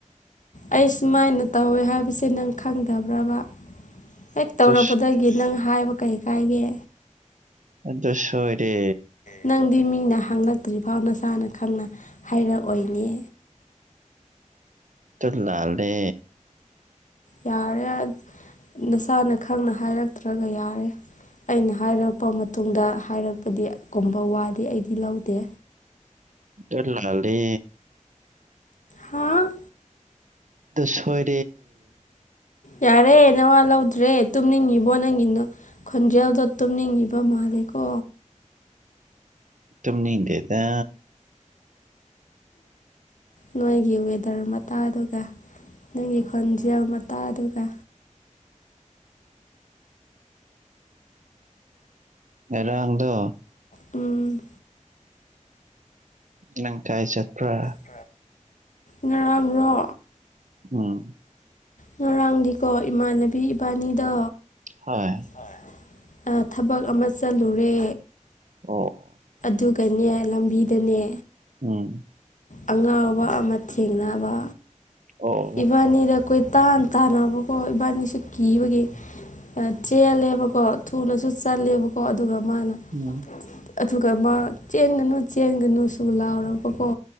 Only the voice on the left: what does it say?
ꯑꯩ ꯁꯨꯃꯥꯏꯅ ꯇꯧꯋꯦ ꯍꯥꯏꯕꯁꯦ ꯅꯪ ꯈꯪꯗꯕ꯭ꯔꯕ ꯍꯦꯛ
ꯇꯧꯔꯛꯄꯗꯒꯤ ꯅꯪ ꯍꯥꯏꯕ ꯀꯩ ꯀꯥꯏꯒꯦ
ꯅꯪꯗꯤ ꯃꯤꯅ ꯍꯪꯉꯛꯇ꯭ꯔꯤꯐꯥꯎ ꯅꯁꯥꯅ ꯈꯪꯅ ꯍꯥꯏꯔꯛꯑꯣꯏꯅꯦ
ꯌꯥꯔꯦ ꯅꯁꯥꯅ ꯈꯪꯅ ꯍꯥꯏꯔꯛꯇ꯭ꯔꯒ ꯌꯥꯔꯦ ꯑꯩꯅ ꯍꯥꯏꯔꯛꯄ ꯃꯇꯨꯡꯗ ꯍꯥꯏꯔꯛꯄꯗꯤ ꯀꯨꯝꯕ ꯋꯥꯗꯤ ꯑꯩꯗꯤ ꯂꯧꯗꯦ
ꯍꯥꯥ
ꯌꯥꯔꯦ ꯅꯋꯥ ꯂꯧꯗ꯭ꯔꯦ ꯇꯨꯝꯅꯤꯡꯉꯤꯕꯣ ꯅꯪꯒꯤ ꯅꯨ ꯈꯣꯟꯖꯦꯜꯗꯣ ꯇꯨꯝꯅꯤꯡꯉꯤꯕ ꯃꯥꯜꯂꯦ ꯀꯣ
ꯅꯣꯏꯒꯤ ꯋꯦꯗꯔ ꯃꯇꯥꯗꯨꯒ ꯅꯪꯒꯤ ꯈꯣꯟꯖꯦꯜ ꯃꯇꯥꯗꯨꯒ
ꯗꯣ ꯎꯝ
ꯄ꯭ꯔꯥ ꯉꯔꯥꯡꯔꯣ?
ꯉꯔꯥꯡꯗꯤꯀꯣ ꯏꯃꯥꯟꯅꯕꯤ ꯏꯕꯟꯅꯤꯗꯣ
ꯍꯣꯏ ꯑꯥ ꯊꯕꯛ ꯑꯃ ꯆꯠꯂꯨꯔꯦ
ꯑꯗꯨꯒꯅꯦ ꯂꯝꯕꯤꯗꯅꯦ
ꯑꯉꯥꯎꯕ ꯑꯃ ꯊꯦꯡꯅꯕ
ꯏꯕꯟꯅꯤꯗ ꯀꯣꯏꯇꯥꯟ ꯇꯥꯟꯅꯕꯀꯣ ꯏꯕꯟꯅꯤꯁꯨ ꯀꯤꯕꯒꯤ ꯑꯥ ꯆꯦꯜꯂꯦꯕꯀꯣ ꯊꯨꯅꯁꯨ ꯆꯠꯂꯦꯕꯀꯣ ꯑꯗꯨꯒ ꯃꯥꯅ
ꯑꯗꯨꯒ ꯃꯥ ꯆꯦꯟꯒꯅꯨ ꯆꯦꯟꯒꯅꯨꯁꯨ ꯂꯥꯎꯔꯛꯄꯀꯣ